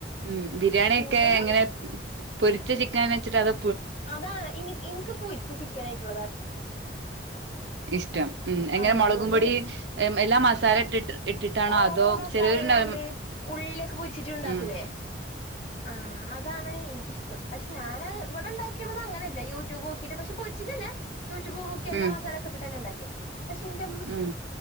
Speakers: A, on the right; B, on the left.
A: ഉം ബിരിയാണിയൊക്കെ
B: കൂടുതലും
A: എങ്ങനെ പൊരിച്ച ചിക്കന- ച്ചിട്ട അതൊ
B: അതാ ഇനി ഇന്ക്ക് പൊരി ച്ചചിക്കൻ ആയിട്ടിള്ളതാ
A: ഇഷ്ടം ഉം എങ്ങനെ
B: ആഹ്
A: മൊളകുംപൊടി
B: അതുകൊണ്ട്
A: എല്ലാം മസാല ഇട്ടിട്ട് ഇട്ടിട്ടാണോ
B: ഓവറ്
A: അതോ
B: മസാലില്ലാണ്ട്
A: ചെലോരുണ്ടാവും
B: ഉള്ളിലൊക്കെ പൊരിച്ചിട്ട് ഇണ്ടാക്കൂല്ലേ
A: ഉം
B: ആഹ് അതാണ് എനിക്കിഷ്- റ്റം പക്ഷെ ഞാന് ഇവ്ടെണ്ടാക്കിള്ളത് അങ്ങനല്ല യൂട്യൂബ് നോക്കീട്ട് പക്ഷെപൊരിച്ചിട്ടന്നെ യൂട്യൂബൊക്കെ നോക്കി എല്ലാ
A: ഉം
B: മസാലക്കെട്ടിട്ട്ന്നെ ഇണ്ടാക്കിയേ പഷെന്റമ്-
A: ഉം